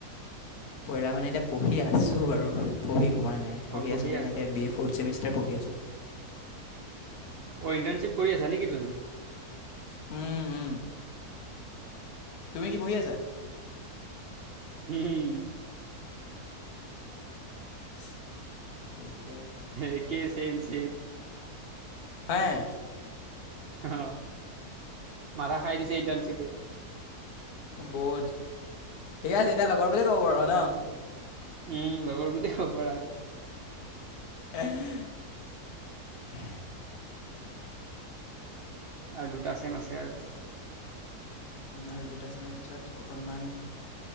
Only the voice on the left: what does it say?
পঢ়া মানে এতিয়া পঢি আছো আৰু, পঢ়ি হোৱা নাই পঢ়ি
আছো মানে
এতিয়া বি এ ফ'ৰ্ট চেমিষ্টাৰ পঢ়ি আছোঁ।
উম উম। তুমি কি পঢ়ি আছা?
ঠ <inaudible>
হয়
বহুত ঠিকে আছে এতিয়া লগৰ বুলিয়ে ক'ব পাৰো ন।
উম <unintelligible>
আৰু দুটা চেমৰ পছত অকণমান